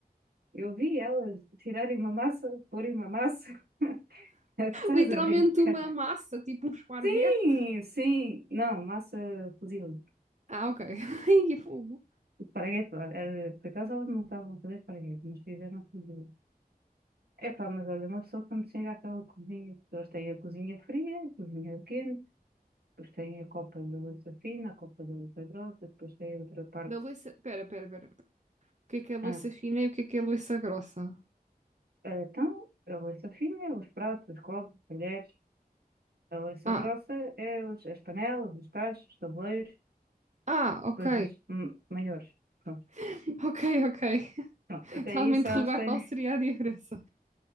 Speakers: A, on the right; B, on the right.
A: Eu vi elas tirarem uma massa, porem uma massa. <laughs> Estás
B: Literalmente
A: a brincar?
B: uma massa, tipo um esparguete.
A: Sim, sim. Não, massa fuzil.
B: Ah, ok. <laughs> Ai, é fogo.
A: Esparguete. lá. Eh, Por acaso elas não estavam a fazer esparguete, mas fizeram fuzil. Epá, mas olha, uma pessoa quando chega àquela cozinha, as pessoas têm a cozinha fria, a cozinha quente, Depois tem a copa da louça fina, a copa da louça grossa, depois tem outra parte.
B: Da louça... Pera, pera, pera. pera. O que é que é louça
A: Ah,
B: fina e o que é que é louça grossa?
A: eh, então, a louça fina é os pratos, os copos, os talheres. A louça
B: Ah.
A: grossa é os, as panelas, os tachos, os tabuleiros,
B: Ah, ok.
A: as coisas hum, maiores. Pronto,
B: <laughs> Ok, ok. <laughs>
A: pronto. Até
B: Estava-me
A: isso
B: a interrogar
A: elas têm.
B: qual seria a diferença.